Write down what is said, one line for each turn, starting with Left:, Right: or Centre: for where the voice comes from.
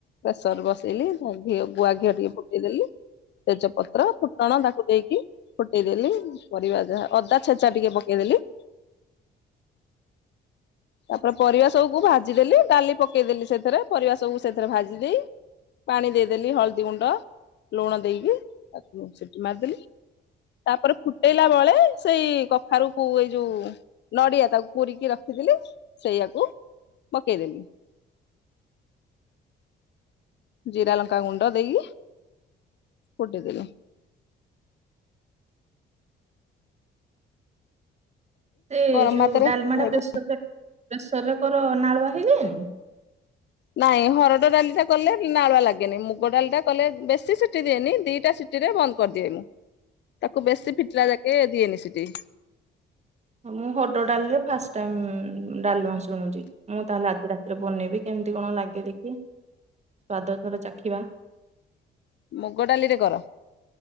Left: ପ୍ରେସର ବସେଇଲି ଘ ଘିଅ ଗୁଆ ଘିଅ ଟିକେ ପୁଟେଇଦେଲି। ତେଜପତ୍ର, ଫୁଟଣ ଦାକୁ ଦେଇ ଫୁଟେଇଦେଲି ପରିବା ଯାହା ଅଦା ଛେଚା ଟିକେ ପକେଇଦେଲି। ତାପରେ ପରିବା ସବୁକୁ ଭାଜିଦେଲି ଡାଲି ପକେଇଦେଲି ସେଥେରେ ପରିବା ସବୁ ସେଥେରେ ଭାଜି ଦେଇ ପାଣି ଦେଇଦେଲି ହଳଦୀ ଗୁଣ୍ଡ, ଲୁଣ ଦେଇକି ତାକୁ ସିଟି ମାରିଦେଲି। ତାପରେ ଫୁଟେଇଲା ବଳେ ସେଇ କଖାରୁ କୁ ଏଇ ଯୋଉ ନଡିଆ ତାକୁ କୋରିକି ରଖିଥିଲି ସେଇଆାକୁ ପକେଇଦେଲି। ଜିରା ଲଙ୍କା ଗୁଣ୍ଡ ଦେଇକି ଫୁଟିଦେଲୁ।
Right: ସେ
Left: ଗରମ
Right: ଯୋଉ
Left: ଭାତରେ
Right: ଡ଼ାଲମା
Left: ଖାଇବୁ
Right: ଟା ପ୍ରେସରରେ ପ୍ରେସରରେ କର ନାଳୁଆ ହେଇଯାଏନି?
Left: ନାଇଁ ହରଡ଼ ଡ଼ାଲି ଟା କଲେ ନାଳୁଆ ଲାଗେନି, ମୁଗ ଡ଼ାଲି ଟା କଲେ ବେଶୀ ସିଟି ଦିଏନି ଦିଟା ସି ଟିରେ ବନ୍ଦ କରିଦିଏ ମୁଁ। ତାକୁ ବେଶୀ ଫିଟିଲା ଯାକେ ଦିଏନି ସିଟି।
Right: ମୁଁ ହରଡ଼ ଡ଼ାଲିରେ ଫାଷ୍ଟ ଟାଇମ୍ ଡ଼ାଲମା ଶୁଣୁଛି। ମୁଁ ତାହେଲେ ଆଜି ରାତିରେ ବନେଇବି କେମିତି କଣ ଲାଗେ ଦେଖିଇ। ସ୍ଵାଦ ଏଥର ଚାଖିବା।
Left: ମୁଗ ଡ଼ାଲିରେ କର?